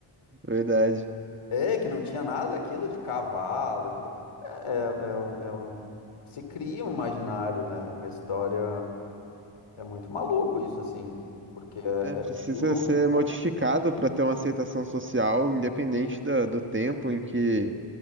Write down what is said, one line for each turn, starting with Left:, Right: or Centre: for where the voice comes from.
Right: verdade.
Left: É, que não tinha nada aquilo de cavalo e tudo. É, é, é um- é um- se cria um imaginário, né? A história é muito maluco isso, assim, porque é,
Right: É, precisa
Left: é o que ilustra,
Right: ser modificado para ter uma aceitação social, independente
Left: né?
Right: da- do tempo em que